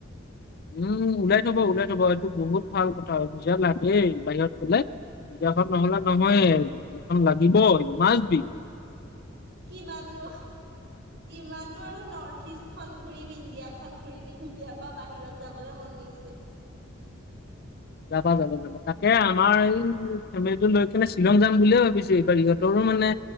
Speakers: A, on the left; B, on the right.
A: উম, ওলাই থ'ব ওলাই থ'ব এইটো বহুত ভাল কথা ভিছা লাগেই বাহিৰত গ'লে। বিয়াখন নহ'লে নহয়খন লাগিব ই মাছবি।
B: কিমাননো কিমানো আৰু নৰ্থ ইষ্ট খন ঘুৰিম ইণ্ডিয়া খন ঘুৰিম ইণ্ডিয়াৰ পৰা বাহিৰত যাবলৈ মন গৈছে।
A: যাবা যাবা যাবা, লাগিব তাকে আমাৰ এই ফেমিলিটো লৈ কিনে শ্বিলং যাম বুলিয়ে ভাবিছো এইবাৰ ইহঁত তৰো মানে